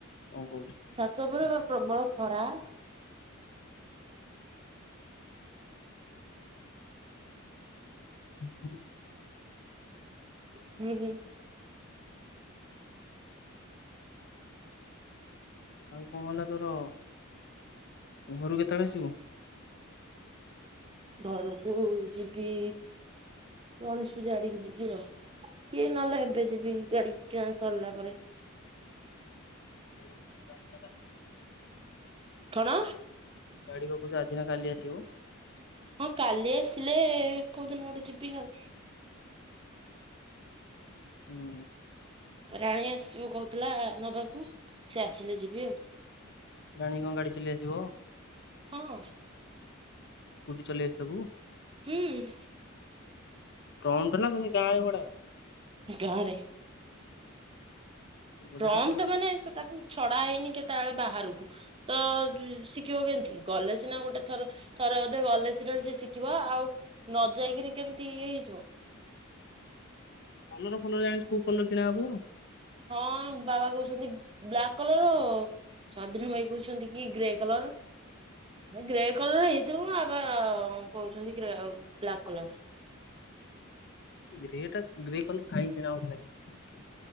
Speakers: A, on the left; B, on the right.
A: କଣ କହୁଛୁ।
B: ଛାତ ଉପରେ ଏବେ ପ୍ରବଳ ଖରା।
A: ହୁଁ-ହୁଁ।
B: <unintelligible> ହେଲେ
A: ଆଉ କଣ ହେଲା ତୋର, ଘରୁ କୁ କେତେବେଳେ ଆସିବୁ?
B: ଘରକୁ ଯିବି ଗଣେଶ ପୂଜା ଆଡିକି ଯିବି ଆଉ। କି ନହେଲେ ଏବେ ଯିବି ଗାଡି କିଣା ସରିଲା ପରେ।
A: <unintelligible>
B: ଠଣ।
A: ଗାଡି ବା କହୁଚୁ ଆଜି ନା କାଲି ଆସିବ?
B: ହଁ କାଲି ଆସିଲେ କୋଉ ଦିନ ଗୋଟେ ଯିବି ଆଉ।
A: ହୁଁ।
B: ରାଣୀ ଆସିବ କହୁଥିଲା ନବାକୁ ସେ ଆସିଲେ ଯିବି ଆଉ।
A: ରାଣୀ କଣ ଗାଡି ଚଲେଇ ଆସିବ?
B: ହଁ।
A: କୁଟି ଚଲେଇ ଆସେ ତାକୁ?
B: ହୁଁ।
A: ପ୍ରଅମଣ୍ଟ ନା ଖାଲି ଗାଁ ରେ ଗଡାଏ।
B: ଗାଁ ରେ।
A: ବଜାର
B: ପ୍ରମଟ
A: ହାଟ କୁଆଡେ
B: ମାନେ ସେ ତାକୁ ଛଡା ହେଇନି କେତାଆଳେ ବାହାରକୁ। ତ ଯୁ ଶିକିବ କେମତି ଗଲେ ସିନା ଗୋଟେ ଥର। ଥରେ ଅଧେ ଗଲେ ସିନା ସିଏ ଶିକିବ ଆଉ ନ ଯାଇକିରି କେମିତି ଇଏ ହେଇଯିବ।
A: କଲର ଫଲର ଜାଣିଚୁ କୋଉ କଲର କିଣା ହବ?
B: ହଁ ବାବା କହୁଛନ୍ତି ବ୍ଲାକ୍ କଲରଅ। ସ୍ୱାଧୀନ ଭାଇ କହୁଛନ୍ତି କି ଗ୍ରେ କଲର। ହେ ଗ୍ରେ କଲର ହେଇଥିବ ଅ ବାବାଆ ଉଁ କହୁଛନ୍ତି ଗ୍ରେ ଉ ବ୍ଲାକ୍ କଲର।
A: ଗ୍ରେ ଟା ଗ୍ରେ କଲର କାହିଁକି କିଣା ହବ ବାଇକ ର?